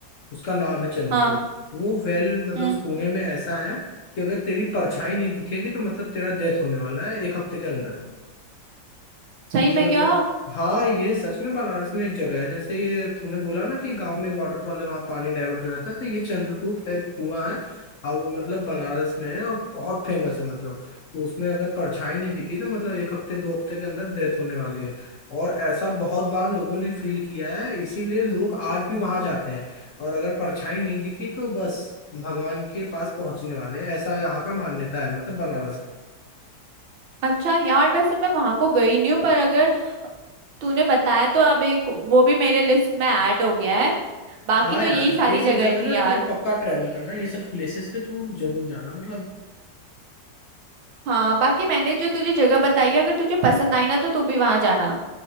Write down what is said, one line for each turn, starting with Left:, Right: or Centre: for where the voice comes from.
Left: उसका नाम है चंद्रकूट
Right: हाँ
Left: वो वेल मतलब
Right: हम्म
Left: उस कुएं में ऐसा है कि अगर तेरी परछाई नहीं दिखेगी तो मतलब तेरा डेथ होने वाला है एक हफ्ते के अंदर
Right: सही
Left: ये
Right: में
Left: मतलब
Right: क्या
Left: हाँ ये सच में बनारस में एक जगह है जैसे ये तूने बोला ना कि गांव में एक वाटरफॉल है वहां पानी डाइवर्ट हो जाता है तो ये चंद्रकूट एक कुआं है और वो मतलब बनारस में है और बहुत फेमस है मतलब तो उसमें अगर परछाई नहीं दिखी तो मतलब एक हफ्ते दो हफ्ते के अंदर डेथ होने वाली है और ऐसा बहुत बार लोगों ने फील किया है इसीलिए लोग आज भी वहां जाते हैं और अगर परछाई नहीं दिखी तो बस भगवान के पास पहुंचने वाले हैं। ऐसा यहाँ का मान्यता है मतलब बनारस का
Right: अच्छा यार वैसे मैं वहां को गई नहीं हूँ पर अगर तूने बताया तो अब एक वो भी मेरे लिस्ट में ऐड हो गया है बाकी
Left: हाँ
Right: तो
Left: यार
Right: यही सारी
Left: ये सब
Right: जगह
Left: जगह ना
Right: थी यार
Left: तू पक्का ट्रैवल करना ये सब प्लेसेस पे तू जरूर जाना मतलब
Right: हाँ बाकी मैंने जो तुझे जगह बताई है अगर तुझे पसंद आई ना तो तू भी वहां जाना